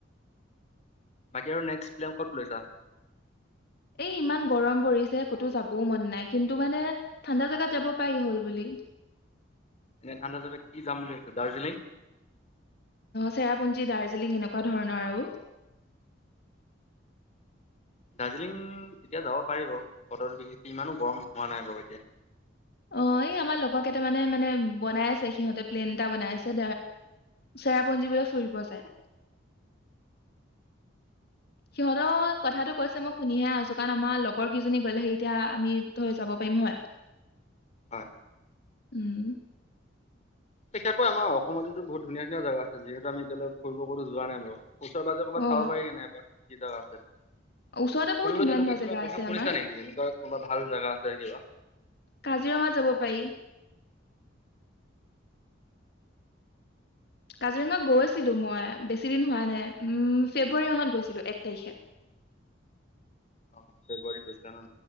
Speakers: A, on the left; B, on the left.
A: বাকী আৰু নেক্সট প্লেম ক'ত লৈছা।
B: এই ইমান গৰম পৰিছে ক'তো যাবও মন নাই কিন্তু মানে ঠাণ্ডা জোগাত যাব পাৰি হ'ল বুলি।
A: এনে ঠাণ্ডা জেগাত কি যাম বুলি ভাবিছা। দাৰ্জিলিং।
B: চেৰাপুঞ্জী দাৰ্জিলিং এনেকুৱা ধৰণৰ আৰু।
A: দাৰ্জিলিং তেতিয়া যাব পাৰিব বতৰটো বিশেষকৈ ইমানো গৰম হোৱা নাই বাৰু এতিয়া।
B: অ এই আমাৰ লগকেইটাৰ মানে মানে বনাই আছে সিহঁতে প্লেন এটা বনাই আছে, চেৰাপুঞ্জিবোলে ফুৰিব যায়। সিহঁতৰ কথাটো কৈছে মই শুনিহে আছো, কাৰণ আমাৰ লগৰ কেইজনী গলে সেই এতিয়া আমি ধৰ যাব পাৰিম হয়।
A: হয়।
B: উম।
A: বিশেষকৈ আমাৰ অসমতো বহুত ধুনীয়া ধুনীয়া জেগা আছে, যিহেতু আমি এতিয়ালৈ ফুৰিব কতো যোৱা নাই বাৰু। ওচৰ পাজৰে ক'বাতাব
B: অ
A: ফাব পাৰি নাই আগত। কি জেগা আছে তুমি
B: ওচৰতে বহুত ধুনীয়া
A: ব তেনেকুৱা
B: ধুনীয়া
A: কিবা
B: জেগা
A: কথা
B: আছে
A: শুনিছা
B: আমাৰ
A: নেকি এনেকুৱা কোনোবা ভাল জেগা আছে কিবা
B: কাজিৰঙা যাব পাৰি কাজিৰঙা গৈ ছিলো মই বেছি দিন হোৱা নাই উ ফেব্ৰুৱাৰী মাহত গৈছিলো এক তাৰিখে
A: অ ফেব্ৰুৱাৰীত গৈছিলা ন